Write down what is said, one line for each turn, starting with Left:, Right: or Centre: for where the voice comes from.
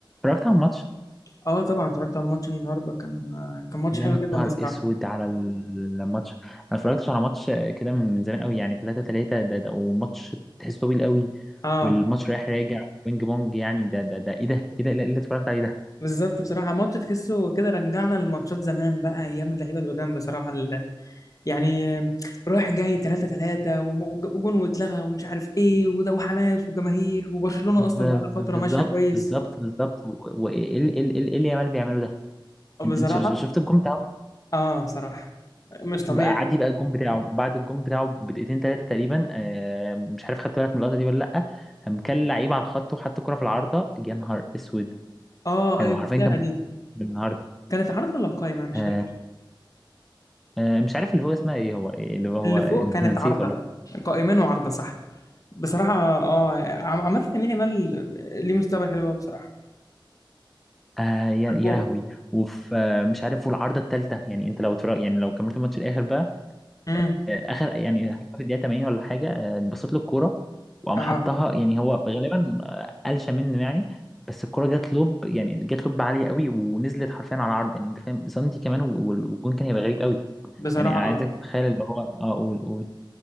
Centre: اتفرجت على الماتش
Left: اه طبعا اتفرجت على الماتش النهارده كان كان ماتش
Centre: يا
Left: حلو
Centre: نهار
Left: جدا بصراحه
Centre: اسود على الماتش انا ما اتفرجتش على ماتش كده من من زمان قوي يعني 3 3 ده, ده وماتش تحسه طويل قوي
Left: اه
Centre: والماتش رايح راجع وبينج بونج يعني ده ده ده ايه ده ايه ده إيه اللي اتفرجت عليه ده
Left: بالظبط بصراحه ماتش تحسه كده رجعنا لماتشات زمان بقى ايام اللعيبه القدام بصراحه ال- يعني رايح جاي 3 3 وجون واتلغى ومش عارف ايه وده وحماس وجماهير وبرشلونه
Centre: ب-
Left: اصلا
Centre: ب-
Left: بقى لها فتره
Centre: بالظبط
Left: ماشيه كويس
Centre: بالظبط بالظبط و- وايه اللي إيه اللي إيه اللي يامال بيعمله ده
Left: آه، بصراحه
Centre: انت إنت ش- ش- شفت الجون بتاعه
Left: اه صراحه مش طبيعي
Centre: بقى عادي بقى الجون بتاعه بعد الجون بتاعه بدقيقتين ثلاثه تقريبا آه، مش عارف خدت بالك من اللقطه دي ولا لا قام كل لعيب على الخط وحط كرة في العارضه يا نهار اسود
Left: اه
Centre: ايوه
Left: ايوه
Centre: عارفين
Left: بتاع
Centre: كان بيعمل
Left: دي
Centre: إيه النهارده
Left: كانت عارضه ولا قايمه انا مش
Centre: آه
Left: فاكر
Centre: آه مش عارف اللي هو اسمها ايه هو إيه اللي هو
Left: اللي فوق
Centre: <laughs>
Left: كانت
Centre: نسيت
Left: عارضه
Centre: والله
Left: قائمين وعارضه صح بصراحة اه عم- عامة لامين يامال ليه مستقبل حلو قوي بصراحة
Centre: آه يا
Left: في الكورة
Centre: يا لهوي وفي آه مش عارف والعارضه الثالثه يعني انت لو ترى يعني لو كملت الماتش الاخر بقى
Left: امم
Centre: آه اخر يعني حاجه في الدقيقه 80 ولا حاجه آه، اتبصت له الكوره وقام
Left: اه
Centre: حطها يعني هو غالبا آه، قلشه منه يعني بس الكوره جت لوب يعني جت لوب عاليه قوي ونزلت حرفيا على العرض يعني انت فاهم سنتي كمان وال- والجون كان هيبقى غريب قوي
Left: بصراحة
Centre: يعني انا عايزك
Left: اه
Centre: تتخيل اللي هو اه قول قول